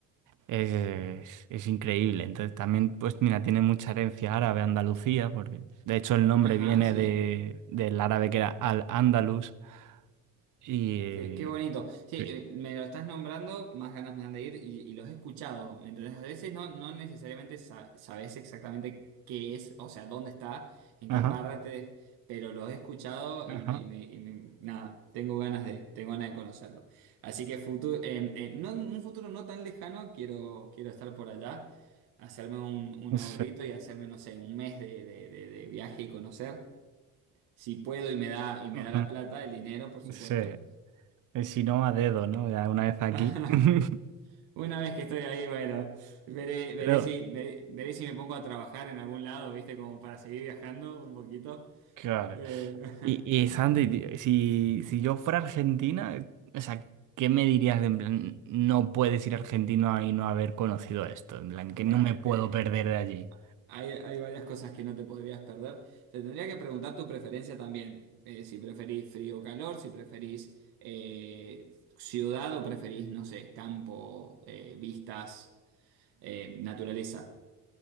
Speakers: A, on the right (about 55°); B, on the right (about 75°).
A: Es, es increíble. Entonces también, pues mira, tiene mucha herencia árabe Andalucía, porque de hecho el nombre
B: ajá,
A: viene
B: sí.
A: de, del árabe que era Al-Ándalus. Y... eh,
B: Qué, qué bonito. Sí,
A: sí.
B: eh, me lo estás nombrando, más ganas me dan de ir y, y los he escuchado. Entonces, a veces no, no necesariamente sa- sabes exactamente qué es, o sea, dónde está, en
A: Ajá,
B: qué parte, pero los he escuchado
A: ajá,
B: y, me- y me- y me- nada, tengo ganas de, tengo ganas de conocerlo. Así que futuro, no, en un futuro no tan lejano, quiero, quiero estar por allá, hacerme un, un
A: sí,
B: ahorrito y hacerme, no sé, un mes de, de de- de viaje y conocer. Si puedo y me da, y me
A: ajá,
B: da la plata, el dinero, por supuesto.
A: sí. Y Si no, a dedo, ¿no? Ya una vez aquí.
B: <laughs>
A: <laughs>
B: Una vez que estoy ahí, bueno, veré, veré
A: Pero,
B: si, veré, veré si me pongo a trabajar en algún lado, ¿viste? Como para seguir viajando un poquito.
A: claro.
B: Eh, <laughs>
A: Y, y Sandy, tío, si, si yo fuera argentina, o sea, ¿qué me dirías de en plan, no puedes ir argentino y no haber conocido esto? En plan,
B: dale,
A: que no me puedo
B: te-
A: perder de allí.
B: hay, hay varias cosas que no te podrías perder. Te tendría que preguntar tu preferencia también. eh, si preferís frío o calor, si preferís eh, ciudad o preferís, no sé, campo, eh, vistas, eh, naturaleza.